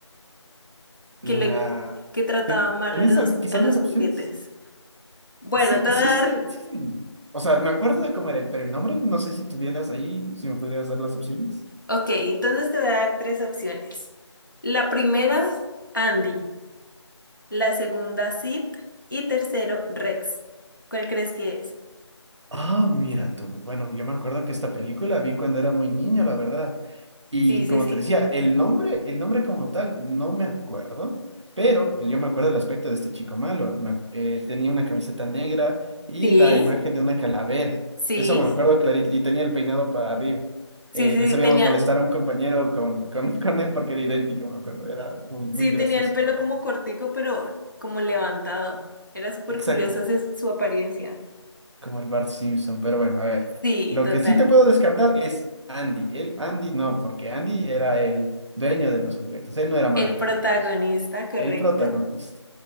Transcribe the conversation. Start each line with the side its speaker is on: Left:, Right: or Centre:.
Right: La...
Left: Que le, que trataba mal
Right: ¿Tienes
Left: a los,
Right: al- quizás
Left: a los
Right: las opciones?
Left: juguetes. Bueno,
Right: Sí,
Left: te
Right: sí,
Left: voy a
Right: sé-
Left: dar,
Right: sí, sé. O sea, me acuerdo de cómo era, pero el nombre, no sé si tuvieras ahí, si me podrías dar las opciones.
Left: ok, entonces te voy a dar tres opciones. La primera, Andy. La segunda, Sid. Y tercero, Rex. ¿Cuál crees que es?
Right: Ah, mira tú. Bueno, yo me acuerdo que esta película vi cuando era muy niño, la verdad. Y
Left: Sí, sí,
Right: como
Left: sí.
Right: te decía, el nombre, el nombre como tal, no me acuerdo, pero yo me acuerdo del aspecto de este chico malo. Ma- eh, tenía una camiseta negra y
Left: Sí,
Right: la imagen de una calavera.
Left: sí,
Right: Eso me acuerdo clarito. Y tenía el peinado para arriba.
Left: sí,
Right: Eh,
Left: sí,
Right: le sabíamos
Left: tenía.
Right: molestar a un compañero con, con, <laughs> con él porque era idéntico, me acuerdo. Era muy, muy
Left: Sí,
Right: gracioso,
Left: tenía el pelo
Right: la verdad.
Left: como cortico, pero como levantado. Era súper
Right: Exacto.
Left: curiosa ese- su apariencia.
Right: como el Bart Simpson, pero bueno, a ver.
Left: Sí,
Right: Lo
Left: total.
Right: que sí te puedo descartar es Andy. El Andy no, porque Andy era el dueño de los juguetes. Él no era malo
Left: El protagonista,
Right: con ellos.
Left: correcto.
Right: El protagonista.